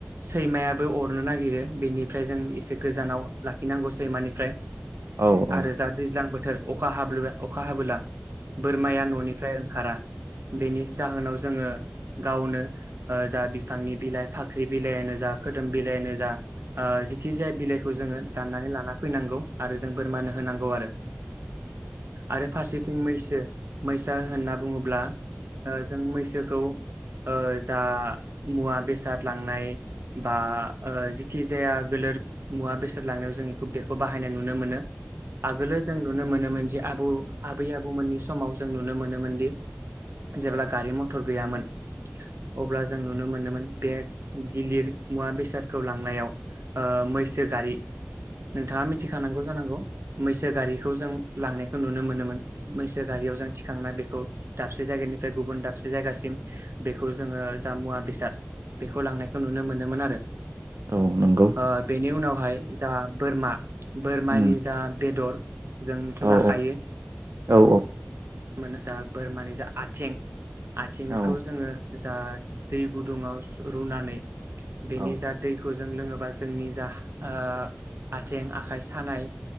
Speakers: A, on the right; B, on the right.
A: सैमायाबो अरनो नागिरो। बेनिफ्राय जों एसे गोजानाव लाखिनांगौ सैमानिफ्राय
B: औ औ
A: आरो जा दैज्लां बोथ थोर अखा हाबल'बाय अखा हाबोला बोरमाया न'निफ्राय खारा बेनि जाहोनाव जोङो गावनो ओ जा बिफांनि बिलाइ फाख्रि बिलाइयानो जा खोदोम बिलाइयानो जा ओ जिखि जाया बिलाइखौ जोङो दाननानै लाना फैनांगौ। आरो जों बोरमानो होनांगौ आरो आरो फारसे थिं मैसो मैसा होनना बुङोब्ला ओ जों मैसोखौ ओ जा मुवा बेसाद लांनाय बा ओ जिखि जाया गोलोर मुवा बेसाद थोर लांनायाव जोंनिखौ बेखौ बाहायनाय नु नो मोनो। आगोलो जों नुनो मोनोमोन जे आबौ आबै आबौमोननि समाव जों नुनो मोनोमोन दि जेब्ला गारि मथर गैयामोन। अब्ला जों नुनो मोनोमोन। उम बे गिलिर मुवा बेसादखौ लांनायाव ओ मैसो गारि नोंथाङा मिथिखानांगौ जानांगौ मैसो गारिखौ जों लांनाय खौ नुनो मोनोमोन, मैसो गारियाव जों थिखांना बेखौ दाबसे जायगानिफ्राय गुबुन दाबसे, जायगासिम <unintelligible> बेखौ जोङो जामुवा बेसाद बेखौ लांनायखौ नुनो मोनोमोन आरो
B: औ नंगौ
A: ओ बेनि उनावहाय, दा बोरमा बोरमानि
B: उम
A: जा बेदर, जोंथ'
B: औ
A: जाखायो
B: औ औ
A: मोन जा बोरमानि जा आथिं आथिं
B: औ
A: खौ जोङो जा दै गुदुङाव सु रुनानै बेनि
B: औ
A: जा दैखौ, जों लोङोबा जोंनि जा ओ आथिं आखाइ सानाय,